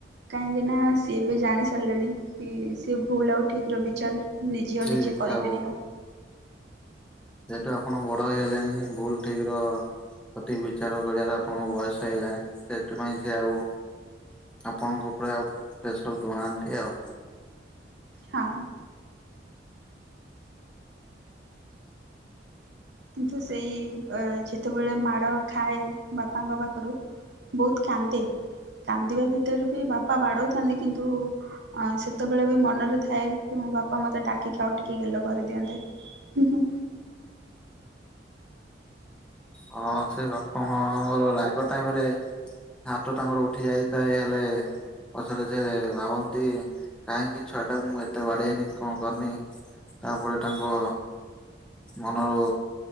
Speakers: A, on the right; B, in the centre.
A: କାହିଁକି ନା ସିଏ ଏବେ ଜାଣି ସାରିଲେଣି, କି ସେ ଭୁଲ ଆଉ ଠିକ ର ବିଚାର। ନିଜେ
B: ଠିକ
A: ଓ ନିଜେ କରିପାରିବ।
B: ଆଉ ଯେହେତୁ ଆପଣ ବଡ ହେଇ ଗଲେଣି, ଭୁଲ ଠିକ ର ସଠିକ୍ ବିଚାର କରିବାର ଆପଣଙ୍କ ବୟସ ହେଇଗଲାଣି ସେଥିପାଇଁ ସେ ଆଉ ଆପଣଙ୍କ ଉପରେ ଆଉ ପ୍ରେସର ଦଉନାହାନ୍ତି ଆଉ।
A: ହଁ। କିନ୍ତୁ ସେଇ ଇ ବ ଯେତେବେଳେ ମାଡ଼ ଖାଏ ବାପାଙ୍କ ପାଖରୁ। ବହୁତ କାନ୍ଦେ କାନ୍ଦିବା ଭିତରେ ବି ବାପା ବାଡଉଥାନ୍ତି କିନ୍ତୁ ଅ ସେତେବେଳେ ବି ମନରେ ଥାଏ, କି ମୋ ବାପା ମତେ ଡାକିକି ଆଉ ଟିକେ ଗେଲ କରିଦିଅନ୍ତୁ। ହୁଁ ହୁଁ।
B: ହଁ ସେ ବାପା ମାଙ୍କର ରାଗ ଟାଇମ ରେ, ହାତ ତାଙ୍କର ଉଠି ଯାଇଥାଏ ହେଲେ, ପଛରେ ସେ, ଭାବନ୍ତି କାହିଁକି ଛୁଆ ଟାକୁ ମୁଁ ଏତେ ବାଡେଇନି କଣ କରିନି। ତାପରେ ତାଙ୍କ, ମନରୁ,